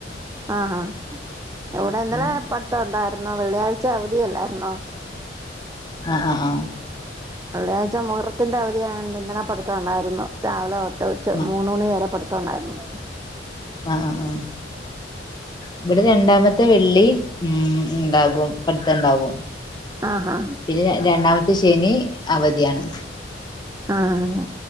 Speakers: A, on the right; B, on the left.
A: ആഹ് ആഹ് ഇവിടെ ഇന്നലെ
B: ഉം
A: പ ത്തം ഒണ്ടാരുന്നോ വെള്ളിയാഴ്ച അവധിയല്ലാരുന്നോ
B: ആഹ് ആഹ് ആഹ്
A: വെള്ളിയാഴ്ച മുഹറത്തിന്റെ അവധിയായോണ്ട് ഇന്നലെ പഠിത്തവൊണ്ടായിരുന്നു രാവിലെ ഓട്ട് ഉച്ച
B: ആഹ്
A: മൂന്ന് മണി വരെ പഠിത്തവൊണ്ടാരുന്നു
B: ആഹ് ആഹ് ആഹ് ഇവിടെ രണ്ടാമത്തെ വെള്ളി ഉം ഉണ്ടാകും പഠിത്തുണ്ടാകും
A: ആഹാ
B: പിന്നെ രണ്ടാമത്തെ ശനി അവധിയാണ്
A: ആഹ്